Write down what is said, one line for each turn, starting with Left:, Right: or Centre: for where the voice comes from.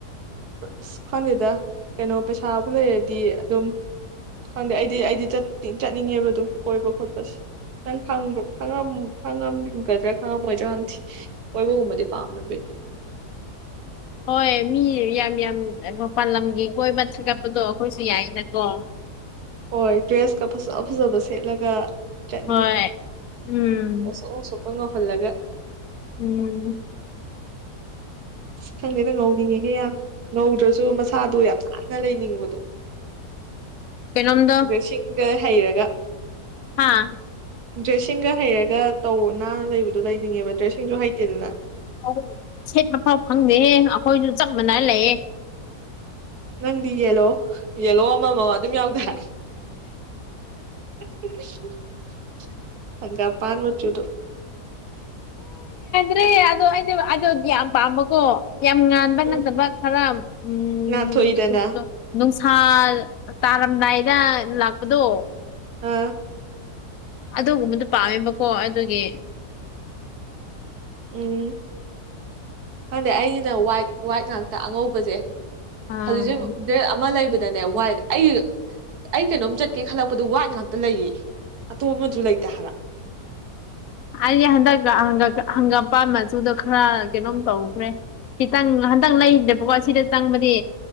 Right: ꯑꯁ ꯈ꯭ꯪꯗꯦꯗ ꯀꯩꯅꯣ ꯄꯩꯁꯥꯕꯨ ꯂꯩꯔꯗꯤ ꯑꯗꯨꯝ ꯈꯪꯗꯦ ꯑꯩꯗꯤ ꯑꯩꯗꯤ ꯆꯠꯅꯤꯡꯉꯦꯕ ꯑꯗꯨ ꯀꯣꯏꯕ ꯈꯣꯠꯄꯁꯦ ꯅꯪ ꯈꯪꯕ꯭ꯔꯣ ꯈꯪꯉꯝ ꯈꯪꯉꯝꯒꯗ꯭ꯔꯥ ꯈꯪꯉꯝꯃꯣꯏꯗ꯭ꯔꯥ ꯀꯣꯏꯕꯒꯨꯝꯕꯗꯤ ꯄꯥꯝꯅꯕꯗꯤ
Left: ꯍꯣꯏ ꯃꯤ ꯌꯥꯝ ꯌꯥꯝ ꯃꯄꯥꯜ ꯂꯝꯒꯤ ꯀꯣꯏꯕ ꯊꯥꯒꯠꯄꯗꯣ ꯑꯩꯈꯣꯏꯁꯨ ꯌꯥꯏꯅꯀꯣ
Right: ꯍꯣꯏ ꯗ꯭ꯔꯦꯁꯀ ꯐꯖꯕ ꯐꯖꯕ ꯁꯦꯠꯂꯒ ꯆꯠꯅꯤꯡꯉꯤ
Left: ꯍꯣꯏ ꯎꯝ
Right: ꯉꯁꯣꯛ ꯉꯁꯣꯛꯀ ꯉꯧꯍꯜꯂꯒ
Left: ꯎꯝ
Right: ꯑꯁ ꯈꯪꯗꯦꯗ ꯉꯧꯅꯤꯡꯉꯦꯍꯦ ꯌꯥꯝ ꯉꯧꯗ꯭ꯔꯁꯨ ꯁꯥꯗꯣ ꯌꯥꯝ ꯅꯥꯟꯅ ꯂꯩꯅꯤꯡꯕꯗꯣ
Left: ꯀꯩꯅꯝꯗꯥ
Right: ꯗ꯭ꯔꯦꯁꯤꯡꯒ ꯍꯩꯔꯒ
Left: ꯍꯥꯥ
Right: ꯗ꯭ꯔꯦꯁꯁꯤꯡꯒ ꯍꯩꯔꯒ ꯇꯧ ꯅꯥꯟꯅ ꯂꯩꯕꯗꯣ ꯂꯩꯅꯤꯡꯉꯦꯕ ꯗ꯭ꯔꯦꯁꯁꯤꯡꯁꯨ ꯍꯩꯇꯦꯗꯅ
Left: ꯑ ꯁꯦꯠ ꯃꯐꯥꯎ ꯐꯪꯗꯦ ꯑꯩꯈꯣꯏꯁꯨ ꯆꯞ ꯃꯥꯟꯅ ꯂꯩꯌꯦ
Right: ꯅꯪꯗꯤ ꯌꯦꯜꯂꯣ ꯌꯦꯂꯣ ꯑꯃꯃ ꯑꯗꯨꯝ ꯌꯥꯎꯗ꯭ꯥꯏ <unintelligible> ꯍꯪꯒꯄꯥꯟ ꯃꯆꯨꯗ
Left: ꯑꯦ ꯑꯗꯣ ꯑꯩꯗ ꯑꯗꯣ ꯌꯥꯝ ꯄꯥꯝꯕꯀꯣ ꯌꯥꯝ ꯉꯥꯟꯕ
Right: ꯎꯝ
Left: ꯅꯠꯇꯕ ꯈꯔ ꯎꯝ
Right: ꯉꯥꯟꯊꯣꯛꯏꯗꯅ
Left: ꯊꯥ ꯇꯥꯔꯝꯗꯥꯏꯗ ꯂꯥꯛꯄꯗꯣ
Right: ꯑꯝ
Left: ꯑꯗꯨꯒꯨꯝꯕꯗꯨꯣ ꯄꯥꯝꯃꯦꯕꯀꯣ ꯑꯗꯨꯒꯤ
Right: ꯎꯝ ꯈꯪꯗꯦ ꯑꯩꯒꯤꯅ ꯋꯥꯏꯠ ꯋꯥꯏꯠ ꯉꯥꯛꯇ ꯑꯉꯧꯕꯁꯦ
Left: ꯑꯥ
Right: ꯍꯧꯖꯤꯛꯁꯨ ꯑꯃ ꯂꯩꯕ ꯗꯅꯦ ꯋꯥꯏꯠ ꯑꯩ ꯑꯩ ꯀꯩꯅꯣꯝ ꯆꯠꯀꯦ ꯈꯜꯂꯛꯄꯗꯣ ꯋꯥꯏꯠ ꯉꯥꯛꯇ ꯂꯩꯌꯦ ꯑꯇꯣꯞꯄ ꯃꯆꯨ ꯂꯩꯇꯦ ꯍꯥꯏꯕ
Left: ꯍꯗꯒ ꯍ ꯍꯪꯒꯥꯝꯄꯥꯥꯟ ꯃꯆꯨꯗ ꯈꯔ ꯀꯩꯅꯣꯝ ꯇꯧꯈ꯭ꯔꯦ ꯈꯤꯇꯪ ꯍꯟꯇꯪ ꯂꯩꯅꯦꯕꯀꯣ ꯁꯤꯗ ꯆꯪꯕꯗꯤ